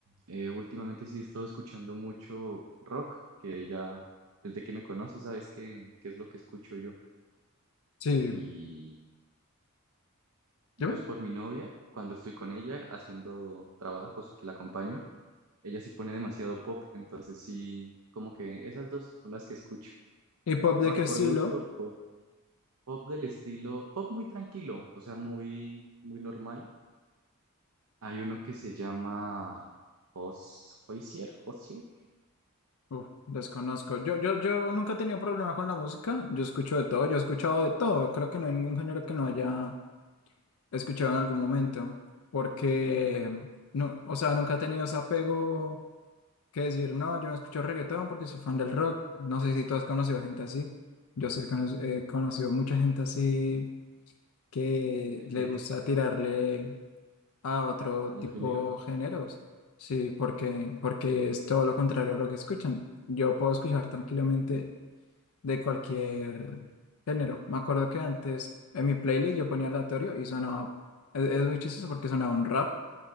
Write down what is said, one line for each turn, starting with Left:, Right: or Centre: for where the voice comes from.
Right: eh, últimamente sí he estado escuchando mucho rock, que ya desde que me conoces sabes qué, qué es lo que escucho yo.
Left: Sí,
Right: Y, y
Left: dime.
Right: pues por mi novia, cuando estoy con ella haciendo trabajos que la acompaño, ella sí pone demasiado pop, entonces sí, como que esas dos son las que escucho.
Left: ¿Y pop
Right: Rock
Left: de qué estilo?
Right: por gusto, pop, pop del estilo, pop muy tranquilo, o sea, muy, muy normal. Hay uno que se llama Jos- Hoisier, Hoisier.
Left: Uf, desconozco. Yo, yo, yo nunca he tenido problema con la música. Yo escucho de todo, yo he escuchado de todo. Creo que no hay ningún género que no haya escuchado en algún momento, porque no, o sea, nunca he tenido ese apego que decir, no, yo no escucho reggaetón porque soy fan del rock. No sé si tú has conocido gente así. Yo sí cono- he conocido mucha gente así que
Right: <laughs>
Left: le gusta tirarle a otro
Right: a
Left: tipo
Right: un género.
Left: de géneros. Sí, porque, porque es todo lo contrario a lo que escuchan. Yo puedo escuchar tranquilamente de cualquier género. Me acuerdo que antes en mi playlist yo ponía aleatorio y sonaba, es, es muy chistoso porque sonaba un rap,